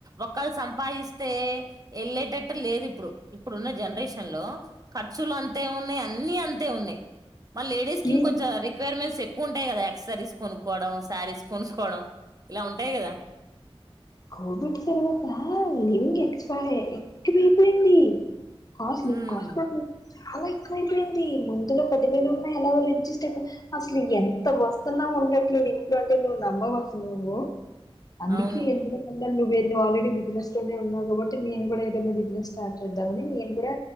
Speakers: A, on the right; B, on the left.
A: ఒక్కళ్ళు సంపాదిస్తే. వెళ్ళేటట్టు లేదు ఇప్పుడు. ఇప్పుడున్న జనరేషన్ లో ఖర్చులు అంతే ఉన్నాయి అన్ని అంతే ఉన్నాయి. మా లేడీస్ కి ఇంకో
B: ఏం
A: రిక్వైర్మెంట్స్ ఎక్కువ్. ఎక్కు ఉంటాయి కదా ఎక్ససరీస్ కొనుక్కవడం శారీస్ కొనుక్కోవడం ఇలా ఉంటాయి కదా.
B: కోవిడ్ తర్వాత నింగ్ ఎక్స్పైర్ ఎక్కువయిపోయింది. Costly
A: um
B: cost costly. చాలా ఎక్కువైపోయింది ముందులో పదివేలు ఉన్నాయి ఎలా వాళ్ళు అడ్జస్ట్ అయిపోయి అసలు ఎంత వస్తున్నా. ఉండట్లేదు ఇంట్లో అంటే నువ్వు నమ్మవ అసలు నువ్వు అందుకే
A: అవును
B: ఎందు. నువ్వ వేరువవు ఆల్రెడీ బిినెస్ లోనే ఉన్నావు కాబట్టి నేను కూడా ఏదైనా బిజినెస్ స్టార్ట్ చేద్దామని నేను కూడా.